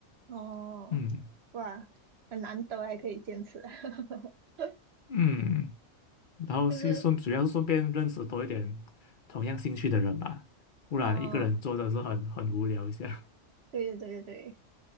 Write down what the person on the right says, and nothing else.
哦，
哇，很难得还可以坚持。<laughs>
就是，
呃，对对对对对，